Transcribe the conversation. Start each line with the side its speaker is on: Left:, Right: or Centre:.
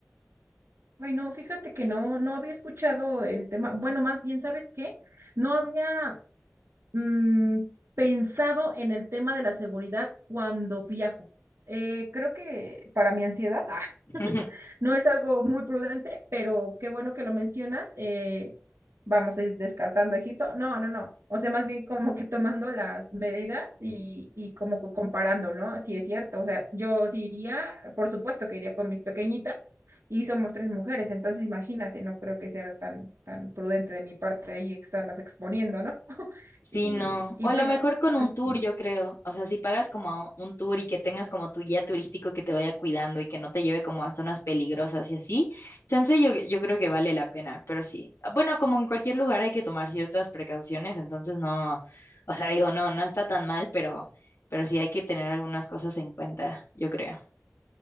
Right: Ay, no, fíjate que no, no había escuchado el tema. Bueno, más bien, ¿sabes qué? No había mm, pensado en el tema de la seguridad cuando viajo. Eh, creo que para mi ansiedad <laughs>
Left: <laughs>
Right: No es algo muy prudente, pero qué bueno que lo mencionas. eh, vamos a ir descartando a Egipto. No, no, no. O sea, más bien como que tomando las medidas y, y como co- comparando, ¿no? Si es cierto. O sea, yo sí iría, por supuesto que iría con mis pequeñitas y somos tres mujeres, entonces imagínate, no creo que sea tan, tan prudente de mi parte ahí estarlas exponiendo, ¿no? <laughs>
Left: Sí,
Right: Y,
Left: no.
Right: y
Left: O a
Right: bueno,
Left: lo mejor con un
Right: así.
Left: tour, yo creo. O sea, si pagas como un tour y que tengas como tu guía turístico que te vaya cuidando y que no te lleve como a zonas peligrosas y así, chance yo, yo creo que vale la pena, pero sí. Bueno, como en cualquier lugar hay que tomar ciertas precauciones, entonces no, o sea, digo, no, no está tan mal, pero, pero sí hay que tener algunas cosas en cuenta, yo creo.